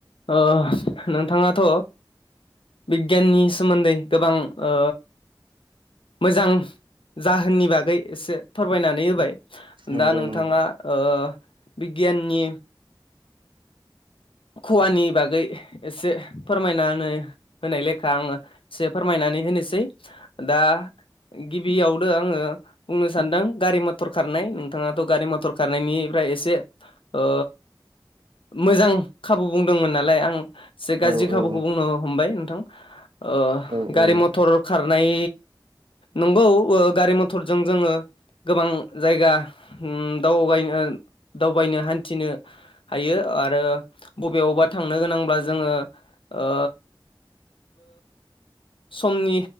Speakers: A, on the left (about 85°); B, on the right (about 70°).
A: ओ नोंथाङाथ' बिगियाननि सोमोनदै गोबां ओ मोजां जाहोननि बागै एसे फोरमायनानै होबाय
B: नंगौ
A: दा नोंथाङा
B: नंगौ
A: ओ बिगियाननि खुवानि बागै एसे फोरमायना होनो होनाय लेखा आङो एसे फोरमायनानै होनोसै है दा गिबियावनो आङो बुंनो सानदों गारि म थर खारनाय नोंथाङाथ' गारि मथर खारनायनिफ्राय एसे ओ मोजां खाबु बुंदोंमोन नालाय आं एसे गाज्रि
B: औ
A: खाबुखौ
B: औ
A: बुंनो हमबाय नोंथां ओ
B: औ
A: गारि
B: औ
A: मथर खार नाय नंगौ ओ गारि मथरजों जोङो गोबां जायगा उ दावबायनो दावबायनो हानथिनो हायो आरो बबेयावबा थांनो गोनांब्ला जोङो ओ समनि